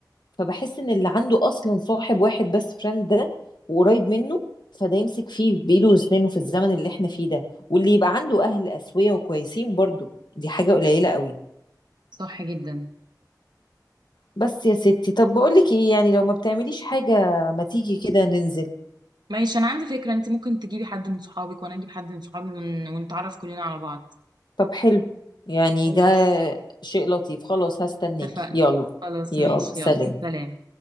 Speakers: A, on the left (about 85°); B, on the right (about 80°).
A: فبحس ان اللي عنده اصلا صاحب واحد بس فريند ده وقريب منه فده يمسك فيه بايده واسنانه في الزمن اللي احنا فيه ده واللي يبقى عنده اهل اسويه وكويسين برضو دي حاجه قليله قوي
B: صح جدا
A: بس يا ستي طب بقول لك ايه يعني لو ما بتعمليش حاجه ما تيجي كده ننزل
B: ماشي انا عندي فكرة انت ممكن تجيبي حد من صحابك وانا اجيب حد من صحابي ون... ونتعرف كلنا على بعض
A: طب حلو يعني
B: خلاص
A: ده شيء لطيف خلاص هستناكي
B: اتفقنا
A: يلا
B: خلاص
A: يلا
B: ماشي
A: سلام
B: يلا سلام